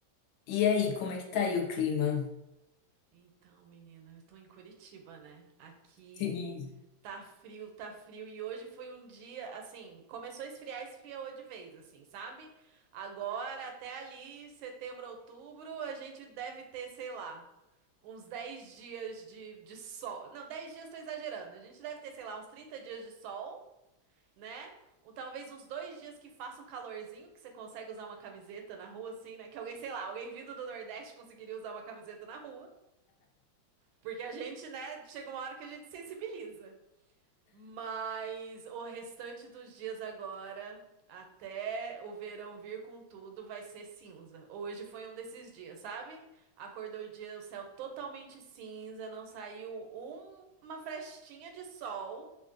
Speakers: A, on the left; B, on the right.
A: E aí, como é que tá aí o clima?
B: Então, menina, eu tô em Curitiba, né? Aqui
A: Sim.
B: Tá frio, tá frio. E hoje foi um dia, assim, começou a esfriar, esfriou de vez, assim, sabe? Agora, até ali, setembro, outubro, a gente deve ter, sei lá, uns 10 dias de, de sol. Não, 10 dias tô exagerando. A gente deve ter, sei lá, uns 30 dias de sol, né? Ou talvez uns dois dias que faça um calorzinho, que você consegue usar uma camiseta na rua, assim, né? Que alguém, sei lá, alguém vindo do Nordeste conseguiria usar uma camiseta na rua. Porque a gente, né, chega uma hora que a gente sensibiliza. Mas o restante dos dias agora, até o verão vir com tudo, vai ser cinza. Hoje foi um desses dias, sabe? Acordou o dia, o céu totalmente cinza, não saiu um- uma frestinha de sol.